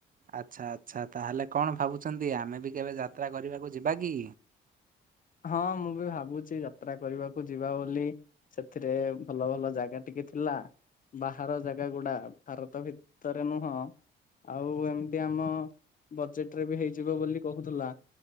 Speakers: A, on the right (about 45°); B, on the left (about 40°).
A: ଆଚ୍ଛା-ଆଚ୍ଛା ତାହେଲେ କଣ ଭାବୁଛନ୍ତି ଆମେ ବି କେବେ ଯାତ୍ରା କରିବାକୁ ଯିବା କି?
B: ହଁ ମୁଁ ବି ଭାବୁଛି ଯାତ୍ରା କରିବାକୁ ଯିବା ବୋଲି। ସେଥିରେ ଭଲ-ଭଲ ଜାଗା ଟିକେ ଥିଲା। ବାହାର ଜାଗା ଗୁଡା ଭାରତ ଭିତରେ ନୁହଁ। ଆଉ ଏମିତି ଆମ ବଜେଟ୍ ରେ ବି ହେଇଯିବ ବୋଲି କହୁଥିଲା।